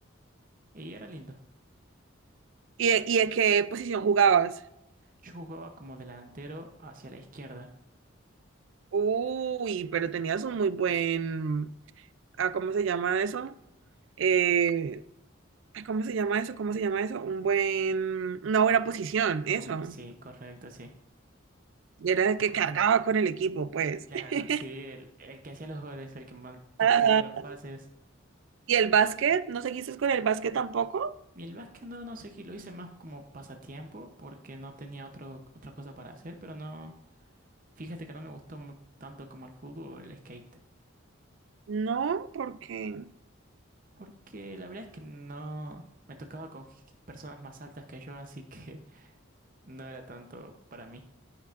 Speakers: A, on the right; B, on the right.
A: y era lindo.
B: ¿Y, de- y de qué posición jugabas?
A: Yo jugaba como delantero hacia la izquierda.
B: Uy, pero tenías un muy buen, ah, ¿cómo se llama eso? Eh, Ay, ¿Cómo se llama eso? ¿Cómo se llama eso? Un buen, una buena posición, eso.
A: Uno, sí, correcto, sí.
B: Era el que cargaba con el equipo, pues.
A: Claro,
B: <laughs>
A: sí, el, el que hacía los goles, el que ma- mantenía
B: Ajá.
A: los pases.
B: ¿Y el básquet? ¿No seguiste con el básquet tampoco?
A: Y el básquet no, no sé qué, lo hice más como pasatiempo porque no tenía otro, otra cosa para hacer, pero no, fíjate que no me gustó mu- tanto como el fútbol o el skate.
B: No, porque
A: Porque la verdad es que no me tocaba con g- personas más altas que yo, así que <laughs> no era tanto para mí.